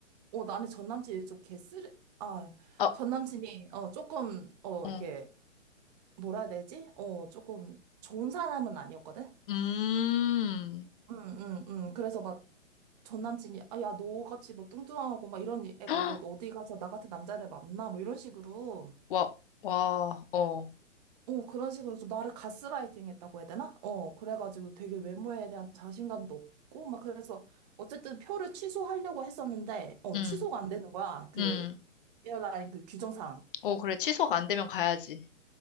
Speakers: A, on the right; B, on the left.
A: 어, 나는 전남친이 좀 개쓰레, 아,
B: 아,
A: 전남친이, 어, 조금, 어,
B: 어,
A: 이렇게, 뭐라 해야 되지? 어, 조금 좋은 사람은 아니었거든?
B: 음,
A: 응, 응, 응. 그래서 막 전 남친이 아, 야, 너같이 뭐 뚱뚱하고 막 이런 애가
B: <gasps>
A: 뭐 어디 가서 나 같은 남자를 만나 뭐 이런 식으로
B: 와, 와, 어,
A: 어 그런 식으로 좀 나를 가스라이팅 했다고 해야 되나? 어 그래가지고 되게 외모에 대한 자신감도 없고 막 그래서 어쨌든 표를 취소하려고 했었는데 어
B: 음,
A: 취소가 안 되는 거야 그
B: 음,
A: 에어라인 그 규정상
B: 어, 그래. 취소가 안 되면 가야지.